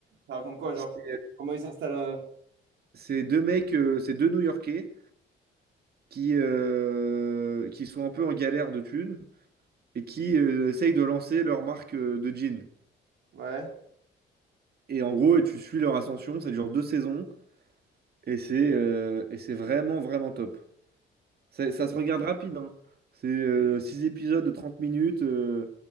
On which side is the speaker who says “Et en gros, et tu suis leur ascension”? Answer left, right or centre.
Right